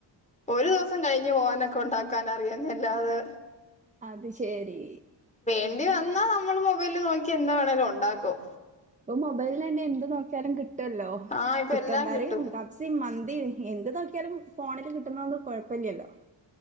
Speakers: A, on the left; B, on the right.
A: ഒരു ദിവസം കഴിഞ്ഞ് പോവാനൊക്കെ ഉണ്ടാക്കാൻ അറിയാന്ന് അല്ലാതെ
B: അത് ശെരി
A: വേണ്ടി വന്നാൽ നമ്മള് മൊബൈല് നോക്കി എന്താ വേണേലേ ഉണ്ടാക്കും
B: ഇപ്പ മൊബൈലിൽ തന്നെ എന്ത് നോക്കിയാലും കിട്ടും ട്ടല്ലോ
A: ആഹ് ഇപ്പൊ
B: ചിക്കൻ
A: എല്ലാം
B: കറിയും
A: കിട്ടും
B: കപ്സി മന്തി എന്ത് നോക്കിയാലും ഫോണില് കിട്ടുന്നത്ത് കൊഴപ്പില്യല്ലോ